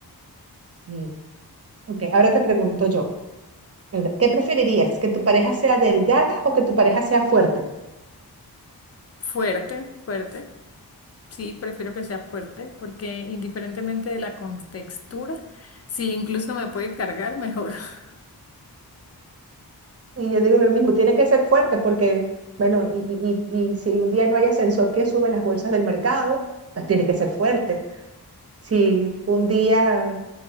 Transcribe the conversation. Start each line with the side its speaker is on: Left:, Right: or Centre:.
Right: Sí. Ok, ahora te pregunto yo, ¿qué preferirías? ¿Que tu pareja sea delgada o que tu pareja sea fuerte?
Left: Fuerte, fuerte. Sí, prefiero que sea fuerte, porque indiferentemente de la contextura, sí, incluso me puede cargar mejor. <laughs>
Right: Y yo digo lo mismo, tiene que ser fuerte porque, bueno, y, y- y- y si un día no hay ascensor que sube las bolsas del mercado, pues tiene que ser fuerte. Si un día